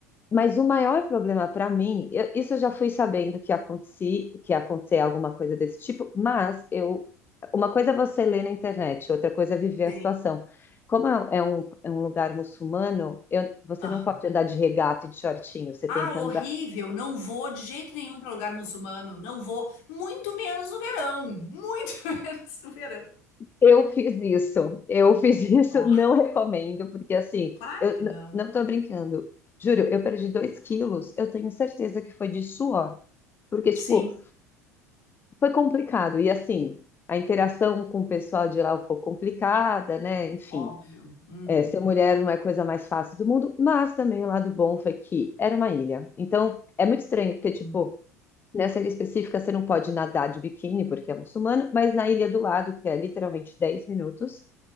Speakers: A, on the left; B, on the left.
A: mas o maior problema para mim, eu- isso eu já fui sabendo que acontecia, que ia acontecer alguma coisa desse tipo, mas eu, uma coisa é você ler na internet, outra coisa é viver
B: tem.
A: a situação. Como é é um, é um lugar muçulmano, eu- você
B: Aham.
A: não pode andar de regata e de shortinho, você
B: Ah,
A: tem que andar.
B: horrível. Não vou de jeito nenhum para lugar muçulmano. Não vou. Muito menos no verão. Muito <laughs> menos no verão.
A: Eu fiz isso, eu fiz <laughs> isso,
B: Ó,
A: não recomendo, porque assim,
B: claro
A: eu
B: que
A: n-
B: não.
A: não estou brincando. Juro, eu perdi dois quilos, eu tenho certeza que foi de suor. Porque, tipo,
B: Sim,
A: Foi complicado. E assim, a interação com o pessoal de lá é um pouco complicada, né? Enfim,
B: óbvio. Uhum.
A: é, ser mulher não é a coisa mais fácil do mundo, mas também o lado bom foi que era uma ilha. Então, é muito estranho, porque,
B: Uhum.
A: tipo, nessa ilha específica você não pode nadar de biquíni, porque é muçulmano, mas na ilha do lado, que é literalmente 10 minutos,